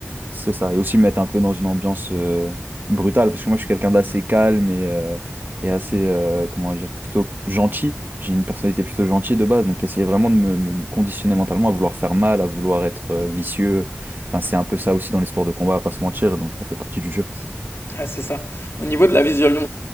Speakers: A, on the right (about 50°); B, on the left (about 65°).
A: C'est ça. Et aussi me mettre un peu dans une ambiance euh, brutale, parce que moi, je suis quelqu'un d'assez calme et, euh, et assez, euh, comment dire, plutôt gentil. J'ai une personnalité plutôt gentille de base, donc essayer vraiment de me, me- me conditionner mentalement à vouloir faire mal, à vouloir être euh, vicieux. Enfin, c'est un peu ça aussi dans les sports de combat, à pas se mentir, donc ça fait partie du jeu.
B: Ouais, c'est ça. Au niveau de la visualis-